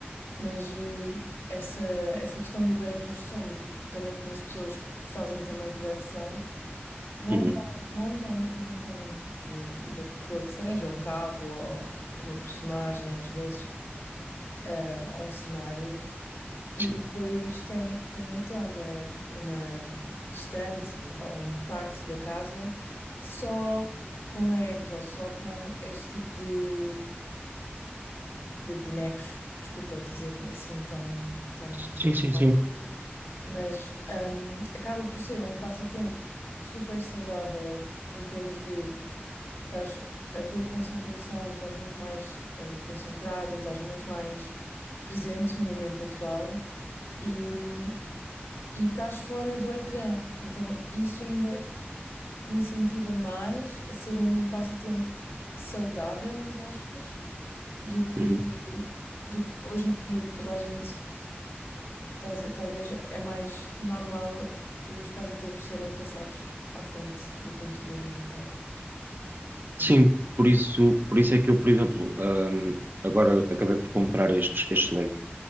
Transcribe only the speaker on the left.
Mas eh, essa, essa questão do legging interessou-me, porque também conheço pessoas que fazem também coleção, montam,
montam, montam o, o que é que for que seja, um carro ou uma personagem às vezes, eh, ou um cenário. E
depois tem, tem até uma, uma estante ou uma parte da casa só com Legos ou só com este tipo de, de bonecos. Desculpa dizer assim tão, tão,
tão
cru, mas hum, acaba por ser um passatempo super saudável em termos de estás, a tua concentração, estás muito mais eh, concentrado, estás muito mais presente no momento atual. e hum, e estás fora do ecrã. Então, isso ainda incentiva mais a ser um passatempo saudável, entre aspas, do que,
do que hoje em dia toda a gente, tal- talvez é mais normal os passatempos serem passados à frente do computador e em casa. Não
sei.